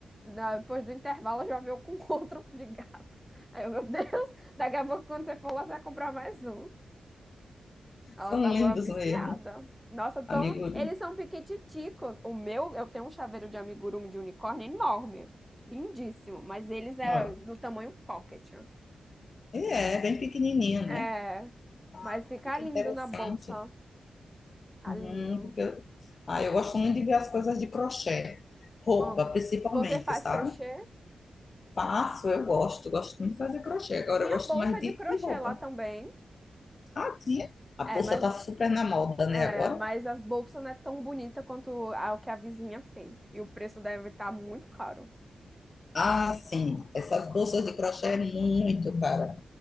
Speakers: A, in the centre; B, on the left (about 45°).
A: da- depois do intervalo, já veio com <laughs> outro de gato. Aí eu, meu Deus, daqui a pouco quando você for lá, você vai comprar mais um. Ela
B: São
A: tava
B: lindos
A: viciada.
B: mesmo,
A: Nossa, então
B: Amigurumi.
A: eles são piquititicos. O meu, eu tenho um chaveiro de amigurumi de unicórnio enorme, lindíssimo, mas eles é
B: Olha.
A: do tamanho pocket.
B: E é, bem pequenininho, né?
A: É,
B: Ah,
A: mas fica
B: que
A: lindo
B: interessante.
A: na bolsa. Tá
B: Hum,
A: lindo.
B: porque eu, ah, eu gosto muito de ver as coisas de crochê. Roupa,
A: Amo.
B: principalmente,
A: Você faz
B: sabe?
A: crochê?
B: Faço, eu gosto. Gosto muito de fazer crochê. Agora
A: Tinha
B: eu gosto
A: bolsa
B: mais de,
A: de crochê
B: de roupa.
A: lá também.
B: Ah, tia. A
A: É,
B: bolsa
A: mas,
B: tá super na moda, né,
A: é,
B: agora?
A: mas as bolsas não é tão bonita quanto a que a vizinha fez. E o preço deve estar muito caro.
B: Ah, sim. Essas bolsas de crochê é muito cara.